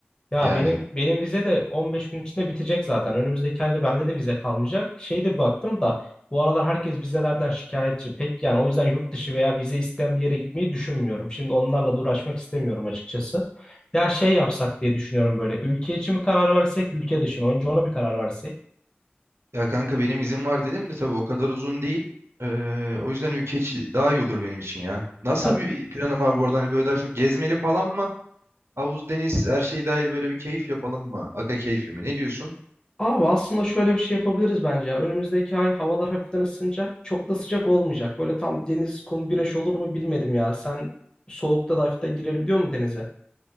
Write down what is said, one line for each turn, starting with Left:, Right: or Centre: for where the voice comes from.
Left: Ya
Right: Yani
Left: benim benim vize de 15 gün içinde bitecek zaten. Önümüzdeki ayda bende de vize kalmayacak. Şey de baktım da bu aralar herkes vizelerden şikayetçi. Pek yani o yüzden yurt dışı veya vize isteyen bir yere gitmeyi düşünmüyorum. Şimdi onlarla da uğraşmak istemiyorum açıkçası. Ya şey yapsak diye düşünüyorum böyle. Ülke içi mi karar versek, ülke dışı mı? Önce ona bir karar versek.
Right: Ya kanka benim izin var dedim de tabii o kadar uzun değil. Ee, o yüzden ülke içi daha iyi olur benim için ya. Nasıl
Left: Ya
Right: bir planım var bu arada? Hani böyle daha çok gezmeli falan mı? Havuz, deniz, her şey dahil böyle bir keyif yapalım mı? Aga keyfi mi? Ne diyorsun?
Left: abi aslında şöyle bir şey yapabiliriz bence ya. Önümüzdeki ay havalar hafiften ısınacak. Çok da sıcak olmayacak. Böyle tam deniz, kum, güneş olur mu bilmedim ya. Sen soğukta da hafiften girelim diyor mu denize?